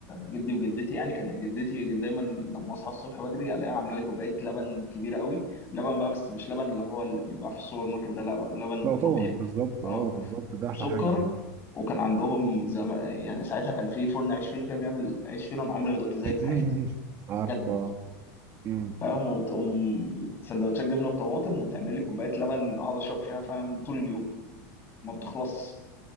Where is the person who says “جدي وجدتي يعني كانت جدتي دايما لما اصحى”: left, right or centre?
Left